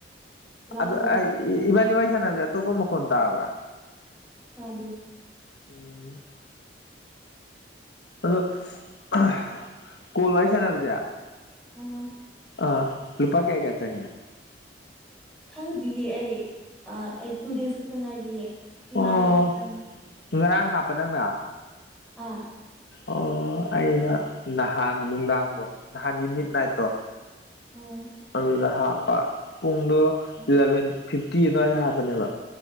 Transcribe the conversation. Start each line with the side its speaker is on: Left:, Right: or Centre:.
Centre: ꯂꯥꯡꯗꯕꯤꯗ
Left: ꯑꯗꯨ ꯑꯩ ꯏ ꯏꯕꯥꯅꯤ ꯋꯥꯔꯤ ꯁꯥꯟꯅꯕꯖꯦ ꯑꯇꯣꯞꯄ ꯃꯈꯣꯟ ꯇꯥꯕ꯭ꯔꯥ
Centre: ꯇꯥꯗꯦ
Left: ꯎꯝ ꯑꯗꯣ <unintelligible> ꯀꯣꯜ ꯋꯥꯔꯤ ꯁꯥꯟꯅꯕꯁꯦ
Centre: ꯎꯝ
Left: ꯑꯥ ꯂꯨꯄꯥ ꯀꯌꯥ ꯀꯌꯥ ꯆꯪꯉꯤ
Centre: ꯈꯪꯗ꯭ꯔꯤꯌꯦ ꯑꯩ ꯑꯥ ꯑꯩ ꯇꯨ ꯗꯦꯖ ꯈꯛꯇ ꯉꯥꯏꯔꯤꯌꯦ ꯉꯔꯥꯡꯇꯪ
Left: ꯑꯣ ꯉꯔꯥꯡ ꯍꯥꯞꯄ ꯅꯪꯅ
Centre: ꯑꯥ
Left: ꯑꯣ ꯑꯩꯅ ꯅꯍꯥꯟ ꯅꯨꯡꯗꯥꯡꯗꯣ ꯅꯍꯥꯟꯒꯤ ꯃꯤꯠ ꯅꯥꯏꯠꯇꯣ
Centre: ꯎꯝ
Left: ꯑꯗꯨꯗ ꯍꯥꯞꯄ ꯄꯨꯡꯗꯣ
Centre: ꯎꯝ
Left: ꯏꯂꯚꯦꯟ ꯐꯤꯞꯇꯤ ꯑꯗꯨꯋꯥꯏꯗ ꯍꯥꯞꯄꯅꯦꯕ